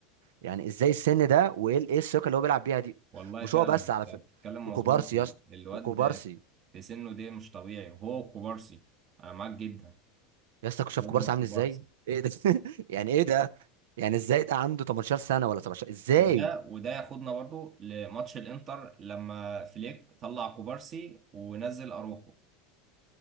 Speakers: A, on the right (about 70°); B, on the right (about 40°).
A: يعني ازاي السن ده وايه ال- ايه الثقه اللي هو بيلعب بيها دي
B: والله
A: مش
B: فعلا
A: هو بس
B: انت
A: على فكره
B: بتتكلم
A: وكوبارسي
B: مظبوط ال-
A: يا اسطى
B: الواد
A: وكوبارسي
B: في سنه ده مش طبيعي وهو وكوبارسي انا معاك جدا
A: يا اسطى كنت شايف
B: هو
A: كوبارسي
B: وكوبارسي
A: عامل ازاي ايه ده <laughs> يعني ايه ده يعني ازاي ده عنده 18 سنه ولا 17 ازاي
B: وده وده ياخدنا برضو لماتش الانتر لما فليك طلع كوبارسي ونزل اروخو